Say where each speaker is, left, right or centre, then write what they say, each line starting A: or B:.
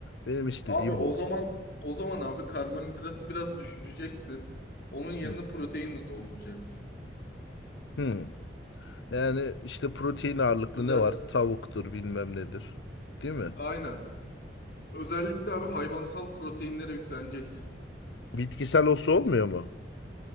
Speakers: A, on the left (about 75°); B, on the left (about 55°).
A: Benim istediğim
B: Abi o
A: bu.
B: zaman o zaman abi karbonhidratı biraz düşüreceksin. Onun yerine
A: Hı.
B: proteinle dolduracaksın.
A: Hmm. Yani işte protein ağırlıklı
B: Özel
A: ne var? Tavuktur bilmem nedir. Değil mi?
B: aynen. Özellikle abi hayvansal proteinlere yükleneceksin.
A: Bitkisel olsa olmuyor mu?